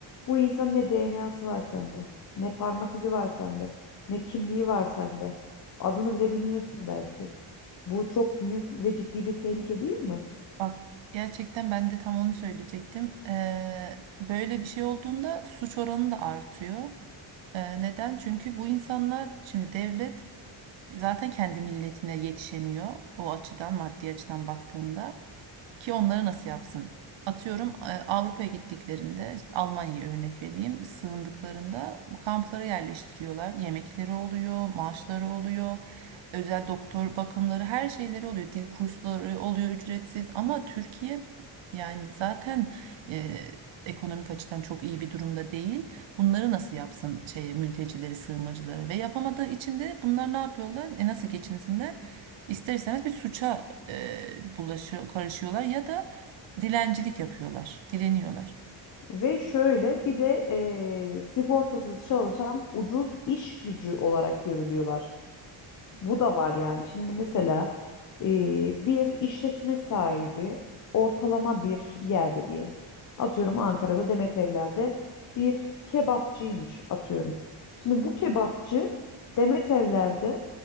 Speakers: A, on the left; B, on the right.
A: bu insanın ne DNA'sı var sende, ne parmak izi var sende, ne kimliği var sende. Adını bile bilmiyorsun belki. Bu çok büyük ve ciddi bir tehlike değil mi?
B: Bak gerçekten ben de tam onu söyleyecektim. Ee, böyle bir şey olduğunda suç oranı da artıyor. Ee, neden? Çünkü bu insanlar şimdi devlet zaten kendi milletine yetişemiyor o açıdan maddi açıdan baktığında ki onları nasıl yapsın? Atıyorum e, Avrupa'ya gittiklerinde işte Almanya'ya örnek vereyim sığındıklarında kamplara yerleştiriyorlar yemekleri oluyor maaşları oluyor Özel doktor bakımları her şeyleri oluyor. Dil kursları oluyor ücretsiz ama Türkiye yani zaten e, ekonomik açıdan çok iyi bir durumda değil. Bunları nasıl yapsın şeye mültecileri, sığınmacıları ve yapamadığı için de bunlar ne yapıyorlar? E nasıl geçinsinler? İster istemez bir suça e, bulaşıyor, karışıyorlar ya da dilencilik yapıyorlar, dileniyorlar.
A: Ve şöyle bir de eee, sigortasız çalışan ucuz iş gücü olarak görülüyorlar. Bu da var yani. Şimdi mesela eee, bir işletme sahibi ortalama bir yerde diyelim. Atıyorum Ankara'da Demet Evler'de bir kebapçıymış atıyorum. Şimdi bu kebapçı Demet Evler'de